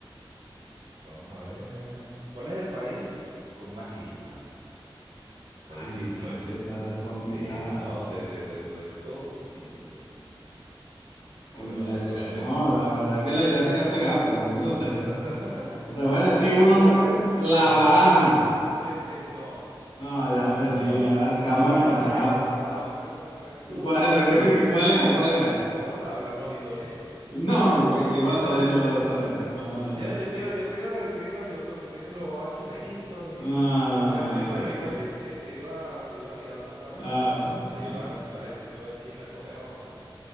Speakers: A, on the right (about 65°); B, on the left (about 60°).
A: vamos a ver. ¿Cuál es el país con más islas? Está
B: Ay,
A: difícil,
B: no,
A: ¿oíste?
B: eso está, está complicada.
A: Sí, no, te, te doy, te doy todo tu tiempo, que
B: Coño,
A: Soy una
B: la-
A: persona
B: ya-
A: muy...
B: no, la verdad es que la iré a tirar pegada porque no me lo
A: <laughs>
B: sé. No te voy a decir uno,
A: ¿Cuál es? el-
B: la
A: Ajá,
B: Bahama.
A: eh, bueno, este, no,
B: No,
A: <laughs> no,
B: ya perdí,
A: no.
B: ya quedamos
A: No, bueno,
B: empatados.
A: te quedamos empatados. Fue, fue- tuvo,
B: ¿Cuál,
A: tuvo tab-
B: cuál, cuál era? ¿Cuál era?
A: tuvimos tabla, no, Indonesia.
B: No, ¿y que, que
A: <laughs>
B: iba a saber yo de eso. No, no,
A: Tío,
B: no.
A: yo te iba, yo te iba a decir, coño, son, tienen los ojos achinaditos y,
B: No, no,
A: y pa-
B: no,
A: y bueno,
B: ya
A: igual
B: que.
A: te, te, te iba, te iba a guiar una trampa
B: Ah,
A: porque te,
B: bueno,
A: te
B: no,
A: iba,
B: no.
A: te ibas a decir si fuera China, Corea o Japón.